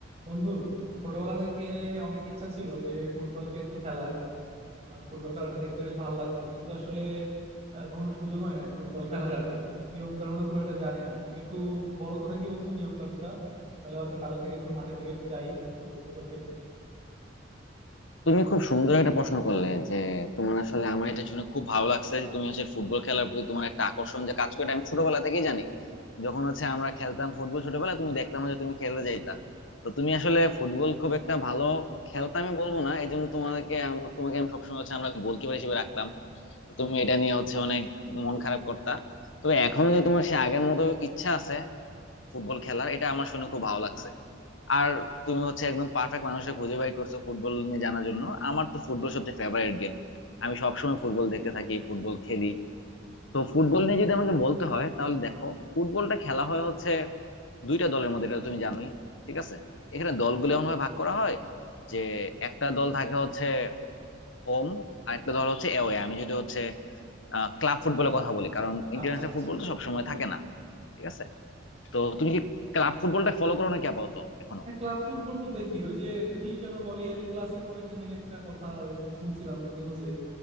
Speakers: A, on the right; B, on the left.
A: বন্ধু ছোটবেলা থেকে অনেক ইচ্ছা ছিল যে ফুটবলকে একটু খেলার আহ, ফুটবল খেলাটা দেখতে বেশ ভালো লাগতো কিন্তু আসলে আহ, কখনো সুযোগ হয় নাই ফুটবল খেলার আর কি নিয়ম কানুন খুব একটা জানি না একটু বলো তো দেখি বন্ধু নিয়ম কানুনটা তাহলে হয়তো কাল থেকে একটু মাঠের দিকে যাই ফুটবল টুটবল খেলি
B: তুমি খুব সুন্দর একটা প্রশ্ন করলে যে তোমার আসলে আমার এটা শুনে খুব ভালো লাগছে যে তুমি হচ্ছে ফুটবল খেলার প্রতি তোমার একটা আকর্ষণ যে কাজ করে এটা আমি ছোটবেলা থেকেই জানি যখন হচ্ছে আমরা খেলতাম ফুটবল ছোটবেলা তুমি দেখতাম যে তুমি খেলতে যাইতা তো তুমি আসলে ফুটবল খুব একটা ভালো খেলতে আমি বলবো না এই জন্য তোমাকে আম- তোমাকে আমি সবসময় হচ্ছে আমরা গোলকিপার হিসেবে রাখতাম তুমি এটা নিয়ে হচ্ছে অনেক মন খারাপ করতা তবে এখন যে তোমার সে আগের মতো ইচ্ছা আছে ফুটবল খেলার এটা আমার শুনে খুব ভালো লাগছে আর তুমি হচ্ছে একদম পারফেক্ট মানুষকে খুঁজে বাই করছো ফুটবল নিয়ে জানার জন্য আমার তো ফুটবল সবচেয়ে ফেভারিট গেম আমি সবসময় ফুটবল দেখতে থাকি ফুটবল খেলি তো ফুটবল নিয়ে যদি আমাকে বলতে হয় তাহলে দেখো ফুটবলটা খেলা হয় হচ্ছে দুইটা দলের মধ্যে এটা তো তুমি জানোই ঠিক আছে এখানে দলগুলো এমন ভাবে ভাগ করা হয় যে একটা দল থাকে হচ্ছে হোম আর একটা দল হচ্ছে অ্যাওয়ে আমি যদি হচ্ছে ক্লাব ফুটবলের কথা বলি কারণ ইন্টারন্যাশনাল
A: আচ্ছা আচ্ছা
B: ফুটবল তো সবসময় থাকে না ঠিক আছে তো তুমি কি ক্লাব ফুটবলটা ফলো করো নাকি আপাতত এখনো
A: হ্যাঁ ক্লাব ফুটবল তো দেখি ওই যে কি যেন বলে এল ক্লাসিকো নাকি যেন একটা কথা নাকি শুনছিলাম নিউজে